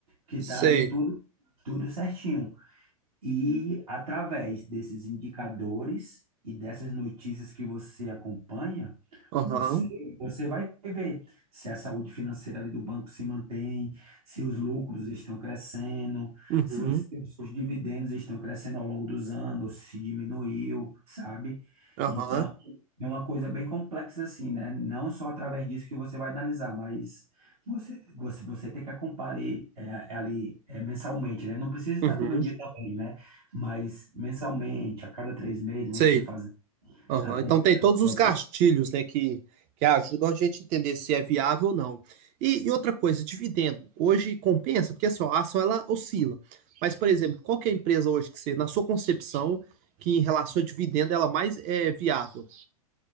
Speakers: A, on the right; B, on the right.
A: que
B: sei,
A: está ali tudo, tudo certinho. E através desses indicadores e dessas notícias que você acompanha,
B: aham.
A: você, você vai ver se a saúde financeira ali do banco se mantém, se os lucros estão crescendo,
B: Uhum,
A: se os, se os seus dividendos estão crescendo ao longo dos anos, se diminuiu, sabe?
B: aham,
A: Então, é uma coisa bem complexa assim, né? Não só através disso que você vai analisar, mas você, você, você tem que acompanhar eh, ali eh, mensalmente, né? Não precisa
B: uhum,
A: estar todo dia também, né? Mas mensalmente, a cada três meses,
B: sei.
A: você fazer
B: Aham.
A: acompanhamento.
B: Então tem todos os gastilhos, né, que, que ajudam a gente a entender se é viável ou não. E, e outra coisa, dividendo. Hoje compensa, porque assim, ó, a ação ela oscila. Mas, por exemplo, qual que é a empresa hoje que você, na sua concepção, que em relação a dividendo ela mais é viável? O